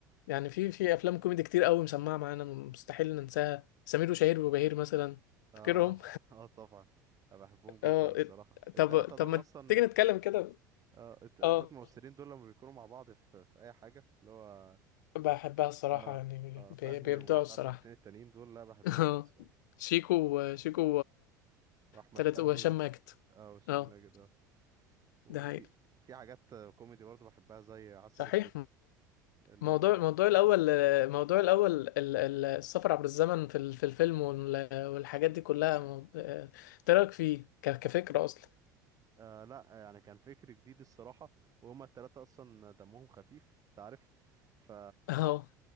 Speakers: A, on the left; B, on the right.
A: يعني في في افلام كوميدي كتير قوي مسمعة معانا مستحيل ننساها سمير وشهير وبهير مثلا
B: اه
A: فاكرهم
B: <laughs> اه طبعا انا بحبهم جدا
A: اه
B: الصراحه التلاتة
A: طب طب
B: دول
A: ما
B: اصلا
A: تيجي نتكلم كده
B: اه الت- التلات
A: اه
B: ممثلين دول لما بيكونوا مع بعض في في اي حاجه اللي هو
A: بحبها الصراحة
B: اه
A: يعني
B: اه
A: بي-
B: فهمي
A: بيبدعوا
B: ومش
A: الصراحة
B: عارف الاتنين التانيين دول لا بحبهم
A: <laughs> اه
B: قوي الصراحه
A: شيكو شيكو
B: واحمد
A: تلاتة
B: فهمي
A: وهشام
B: و...
A: ماجد
B: اه وهشام
A: اه
B: ماجد اه وفي
A: ده حقيقي
B: في حاجات كوميدي برضو بحبها زي عسل
A: صحيح
B: اسود اللي
A: موضوع
B: هو بتاع
A: الموضوع الأول الموضوع الأول ال- ال- السفر عبر الزمن في ال- في الفيلم وال- والحاجات دي كلها مو- آه، إيه رأيك فيه ك- كفكرة أصلا
B: آه لا يعني كان فكر جديد الصراحه وهما التلاتة اصلا دمهم خفيف انت عارف ف
A: اه